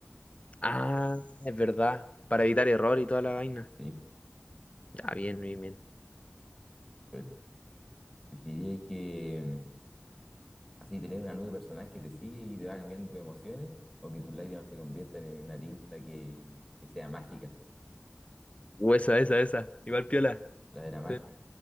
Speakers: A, on the left; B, in the centre.
A: Ah, es verdad. Para evitar error y toda la vaina.
B: Sí,
A: Ah, bien, bien, bien.
B: bueno. ¿Preferiríais que. mm, Así tener una nube personal que te sigue y te va cambiando tus emociones, o que tus lágrimas se conviertan en una tinta que, que sea mágica,
A: Huesa, esa, esa. Igual piola.
B: la de la magia.
A: Sí,